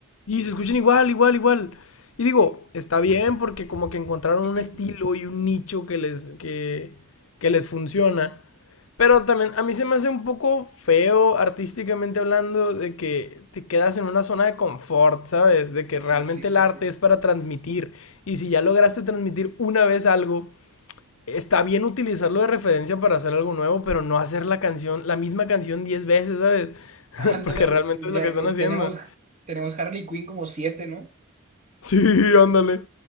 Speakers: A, on the left; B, on the right.
A: Y se escuchan igual, igual, igual. Y digo, está bien porque como que encontraron
B: <laughs>
A: un estilo y un nicho que les, que, que les funciona. Pero también a mí se me hace un poco feo artísticamente hablando de que te quedas en una zona de confort, ¿sabes? De que
B: Sí,
A: realmente
B: sí, sí,
A: el arte
B: sí.
A: es para transmitir. Y si ya lograste transmitir una vez algo, está bien utilizarlo de referencia para hacer algo nuevo, pero no hacer la canción, la misma canción 10 veces, ¿sabes? <laughs>
B: Ándale,
A: Porque realmente
B: ya,
A: es lo que
B: eh,
A: están haciendo.
B: tenemos, tenemos Harley Quinn como siete, ¿no?
A: Sí, <laughs> ándale.